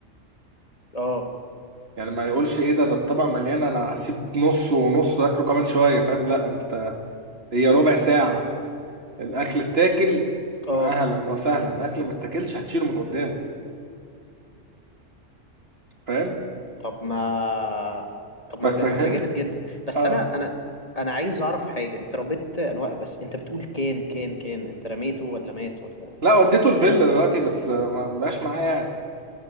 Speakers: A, on the left; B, on the right.
A: اه
B: يعني ما يقولش ايه ده ده الطبق مليان انا هسيب نص ونص واكله كمان شويه فاهم لا انت هي ربع ساعه الاكل
A: امم،
B: اتاكل
A: اه
B: اهلا وسهلا الاكل ما اتاكلش هتشيله من قدامه فاهم
A: طب ما طب ما
B: بتفهم
A: ده, ده ده جامد جدا بس
B: اه
A: انا انا انا عايز اعرف حاجة انت ربيت انواع بس انت بتقول كان كان كان انت رميته ولا مات ولا
B: لا وديته الفيلا
A: بعته
B: دلوقتي بس آه، ما بقاش معايا يعني